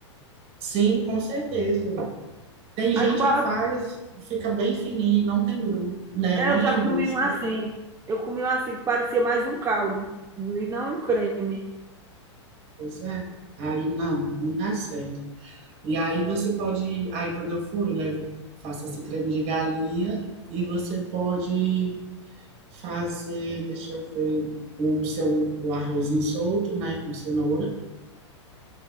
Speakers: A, on the right (about 40°); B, on the right (about 15°).
A: Sim, com certeza. Tem gente
B: Aí com a-
A: que faz, fica bem fininho, não tem gru, né?
B: eu
A: Não
B: já
A: tem
B: comi
A: gosto.
B: um assim. Eu comi um assim, que parecia mais um caldo, e não um creme.
A: Pois é. Aí não, não dá certo. E aí você pode, aí quando eu for, eu levo, faço esse creme de galinha e você pode fazer, deixa eu ver, o seu o arrozinho solto, né, com cenoura